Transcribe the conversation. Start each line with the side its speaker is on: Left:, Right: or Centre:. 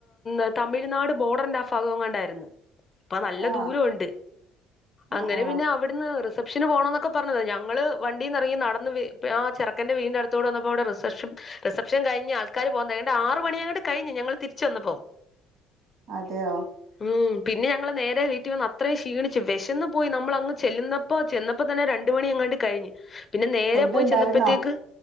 Left: ഹ തമിഴ്നാട് ബോർഡറിന്റെ ഫാഗം എങ്ങാണ്ടായിരുന്ന്.. അപ്പ നല്ല
Right: ആഹ്
Left: ദൂരംണ്ട്
Right: ആഹ്
Left: അങ്ങനെ
Right: ആഹ്
Left: പിന്നെ അവിടുന്ന്.. റിസപ്ഷന് പോകണംന്നൊക്കെ പറഞ്ഞത ഞൾ വണ്ടീ നി ഇറങ്ങി നടന്ന് ആ ചെർകന്റെ വീടിനടുത്തോടെ വന്നപ്പോൾവിടെ റിസപ്ഷൻ.. റിസപ്ഷൻ കഴിഞ് ആൾകാർ പോന്നേ ണ്ടെ ആറ് മണിയങ്ങാണ്ട് കഴിഞ് ഞങ്ങള് തിരിച്ച വന്നപ്പോ..
Right: അതെയോ..
Left: ഉം പിന്നെ ഞങ്ങള് നേരെ വീട്ടി.. ന്ന് അത്രയും ക്ഷീണിച്ച് വിശന്ന് പോയി നമ്മൾ അങ് ചെല്ലുന്നപ്പോ ചെന്നപ്പോ തന്നെ രണ്ട മണി അങ്ങാണ്ട് കഴിഞ്.. പിന്നെ നേരെ
Right: ഫുഡ്
Left: പോയി
Right: ഇണ്ടായിരുന്നോ
Left: ചെന്നപ്പോത്തേക്ക്